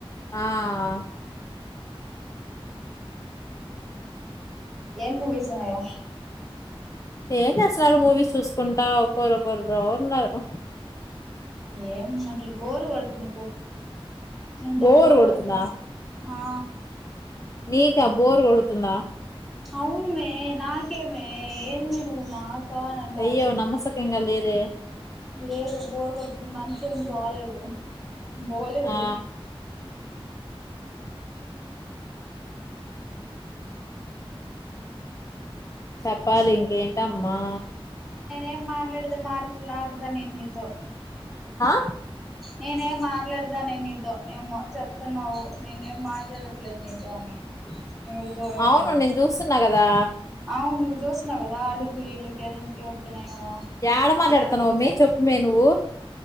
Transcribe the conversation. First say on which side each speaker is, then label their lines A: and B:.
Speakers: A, on the left; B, in the centre.
A: ఆ
B: ఎ మూవీసన్నాయో
A: ఏం చేస్తున్నారు మూవీస్ చూస్ కుంటా ఒక ఒకరు ఒకరురు ఉన్నారు
B: ఏం అసలు బోరు పడుతుంది పూ ఎంత
A: బోర్
B: బర్
A: కొడుతుందా
B: పోడుతుంద స ఆ
A: నీకా బోర్ కొడు తుందా
B: అవున్ మే నాకే మే ఎల్ నా కాని అంటావు
A: అయ్యో నమ్మసకంగా లేదే
B: లేదు బోరు కొడుతుంది మన ఏం బాలదు బోలేదు
A: ఆ చెప్పాలి ఇంకేంటమ్ మా
B: ఎం మాట్లాడేద్ మాట్లాడతా నేన్ నీతో
A: ఆ
B: నేన్నేమ్ మాట్లాడత నేన్ నీతో ఏమో చెప్తున్నావు నేనేం మాట్లాడట్లేదు నీతో అని ఎవరు దూరం
A: అవును
B: అయ్యారని
A: నేను చూస్తున్నా కదా
B: అవును నువ్ జుస్తున్నావ్ కాద అడుగు ఇల్కి ఎవరికైనా ఏమో
A: యాడ
B: మాట్లాడకపోతే
A: మాట్లాడ్తున్నావ్ మే చొప్ మే నువ్వు